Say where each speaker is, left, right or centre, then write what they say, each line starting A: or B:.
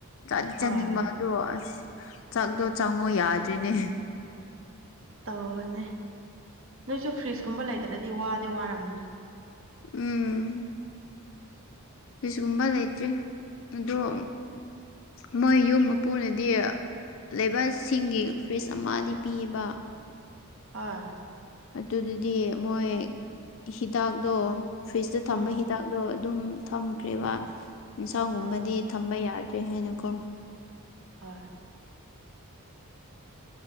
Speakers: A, on the left (about 60°); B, on the right (about 60°).
A: ꯆꯥꯗꯤ
B: ꯍꯣꯏ
A: ꯆꯥꯅꯤꯡꯕꯠ ꯗꯣ ꯑꯁ ꯆꯥꯛꯗꯣ ꯆꯪꯉꯣ ꯌꯥꯗ꯭ꯔꯦꯅꯦ
B: ꯇꯧꯕꯅꯦ ꯅꯣꯏꯁꯨ ꯐ꯭ꯔꯤꯖꯀꯨꯝꯕ ꯂꯩꯗ꯭ꯔꯗꯤ ꯋꯥꯗꯤ ꯋꯥꯔꯝꯅꯤ
A: ꯎꯝ ꯐꯤꯁꯒꯨꯝꯕ ꯂꯩꯇ꯭ꯔꯤ ꯑꯗꯨꯝ ꯃꯣꯏ ꯌꯨꯝ ꯃꯄꯨꯅꯗꯤ ꯂꯩꯕꯁꯁꯤꯡꯒꯤ ꯐ꯭ꯔꯤꯖ ꯑꯃꯗꯤ ꯄꯤꯌꯦꯕ
B: ꯍꯣꯢ
A: ꯑꯗꯨꯗꯗꯤ ꯃꯣꯏ ꯍꯤꯗꯥꯛꯗꯣ ꯐ꯭ꯔꯤꯖꯇ ꯊꯝꯕ
B: ꯎꯝ
A: ꯍꯤꯗ ꯗꯥꯛꯗꯣ ꯑꯗꯨꯝ ꯊꯝꯈ꯭ꯔꯦꯕ ꯏꯟꯁꯥꯡꯒꯨꯝꯕꯗꯤ
B: ꯎꯝ
A: ꯊꯝꯕ ꯌꯥꯗ꯭ꯔꯦ ꯍꯥꯏꯅꯀꯣ
B: ꯍꯣꯏ